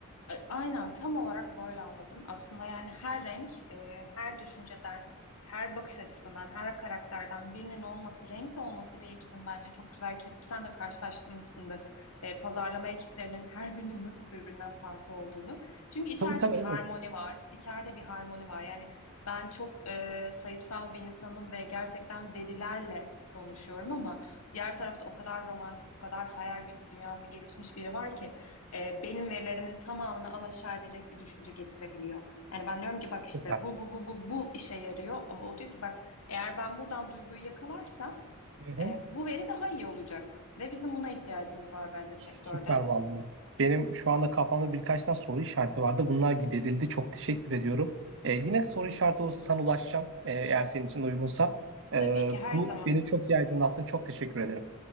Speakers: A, on the left (about 85°); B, on the right (about 60°).
A: A- Aynen tam olarak böyle anladın. Aslında yani her renk, e, her düşünceden, her bakış açısından, her karakterden birinin olması, renk de olması bir ekibin bence çok güzel ki sen de karşılaştırmışsındır. E, pazarlama ekiplerinin her birinin nasıl birbirinden farklı olduğunu. Çünkü içeride
B: Tabii tabii
A: bir
B: evet.
A: harmoni var. içeride bir harmoni var. Yani ben çok e, sayısal bir insanım ve gerçekten verilerle konuşuyorum ama diğer tarafta o kadar romantik, o kadar hayal dünyası gelişmiş biri var ki e, benim verilerimin tamamını alaşağı edecek bir düşünce getirebiliyor. Yani ben diyorum ki
B: Süper.
A: bak işte bu bu bu bu bu işe yarıyor ama o diyor ki bak eğer ben buradan duyguyu yakalarsam
B: Hı hı.
A: e, bu veri daha iyi olacak ve bizim buna ihtiyacımız var bence sektörde.
B: Süper vallahi. Benim şu anda kafamda birkaç tane soru işareti vardı. Bunlar giderildi. Çok teşekkür ediyorum. E, yine soru işareti olursa sana ulaşacağım. E, eğer senin için de uygunsa. E,
A: Tabii ki her
B: bu
A: zaman.
B: beni çok iyi aydınlattın. Çok teşekkür ederim.